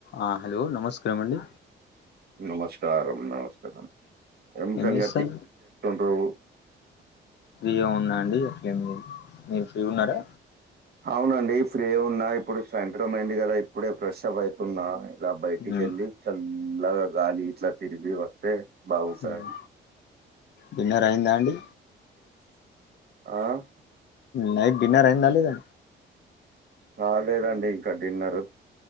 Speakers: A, on the left; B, on the right.
A: ఆ హలో నమస్కారమండి
B: నమాస్కారం నమస్కారం ఏం
A: కనీసం
B: సంగతి ఏం చేస్తుండ్రు
A: ఏం వుంది అండి అట్లా ఏం లేదు మీరు ఫ్రీ
B: సినఫ్
A: ఉన్నారా
B: అవునండి ఫ్రీ యే ఉన్నా ఇప్పుడు సాయంత్రం ఐ ఇంది కదా ఇప్పుడే ఫ్రెష్ అప్ అయ్ తున్నా అలా బయటికెళ్ళి
A: ఉమ్
B: చల్లగా గాలి తర్టి డికిరి వస్తే బాగుంటాది
A: ఉమ్ డిన్నర్ అయిందా అండి
B: అ
A: నైట్ డిన్నర్ అయిందా లేదా
B: కాలేేదండి ఇంకా డిన్నరు